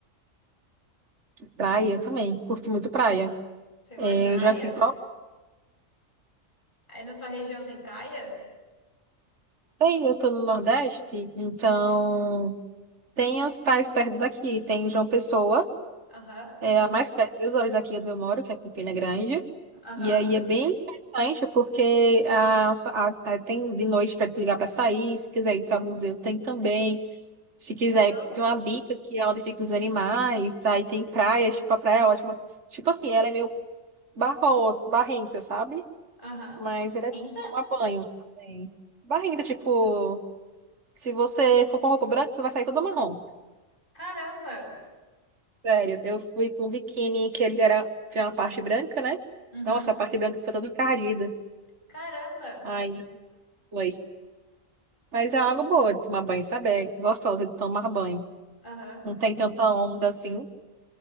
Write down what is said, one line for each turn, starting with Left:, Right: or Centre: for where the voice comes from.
Right: Praia eu também. Curto muito praia.
Left: Você gosta
Right: É,
Left: de praia?
Right: Eu já fui pra.
Left: Aí na sua região tem praia?
Right: Tem, eu tô no Nordeste, então tem as praias perto daqui. Tem João Pessoa.
Left: Aham,
Right: É a mais perto, duas horas daqui onde eu moro, que é Campina Grande.
Left: aham.
Right: E aí é bem interessante, porque a, a- a- tem de noite para ligar para sair, se quiser ir para museu, tem também. Se quiser,
Left: Que legal!
Right: ir- tem uma bica que é onde ficam os animais, aí tem praia, tipo, a praia é ótima. Tipo assim, ela é meio barro, barrenta, sabe?
Left: Aham.
Right: Mas ela é
Left: Ainda?
Right: bom pra tomar banho também. Barrenta, tipo, se você for com roupa branca, você vai sair toda marrom.
Left: Caramba!
Right: Sério, eu fui com um biquíni que ele era, tinha uma parte branca, né?
Left: Uhum.
Right: Nossa, a parte branca ficou toda encardida.
Left: Caramba!
Right: Aí foi. Mas é algo boa de tomar banho, sabe? É gostosa de tomar banho.
Left: Aham.
Right: Não tem tanta onda assim.